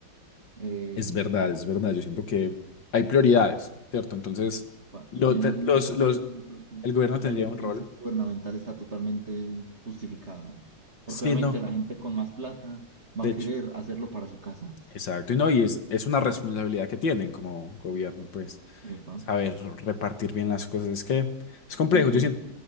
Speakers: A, on the right; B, on the left.
A: Eh,
B: Es verdad, es verdad. Yo siento que hay prioridades, ¿cierto? Entonces,
A: pa-
B: lo
A: y en
B: te-
A: un
B: los,
A: caso
B: los,
A: de eso, yo creo que
B: el gobierno tendría
A: la intervención
B: un rol.
A: gubernamental está totalmente justificada, porque
B: Sí,
A: obviamente
B: no,
A: la gente con más plata va
B: de
A: a querer
B: hecho.
A: hacerlo para su casa.
B: Exacto, y no, y es, es una responsabilidad que tienen como gobierno, pues,
A: Epa.
B: saber repartir bien las cosas. Es que es complejo.
A: Entonces,
B: Yo siento.